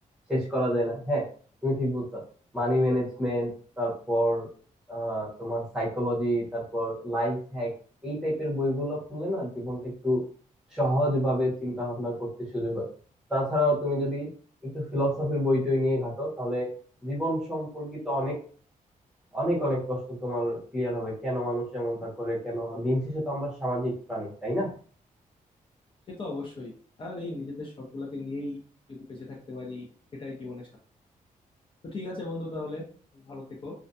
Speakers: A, in the centre; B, on the left.
A: শেষ করা যায় না হ্যাঁ তুমি ঠিক বলছো মানি ম্যানেজমেন্ট তারপর আহ তোমার সাইকোলজি তারপর লাইফ হ্যাক এই টাইপের বইগুলো পড়লে না জীবনটা একটু সহজভাবে চিন্তা ভাবনা করতে সুযোগ হয় তাছাড়াও তুমি যদি একটু ফিলসফির বইটই নিয়ে ঘাটো তাহলে জীবন সম্পর্কিত অনেক অনেক অনেক প্রশ্ন তোমার ক্লিয়ার হবে কেন মানুষ এমনটা করে কেন দিন শেষে তো আমরা সামাজিক প্রাণী তাই না
B: সে তো অবশ্যই আর এই নিজেদের সবগুলাকে নিয়েই যদি বেঁচে থাকতে পারি সেটাই জীবনে সার্থক তো ঠিক আছে বন্ধু তাহলে ভালো থেকো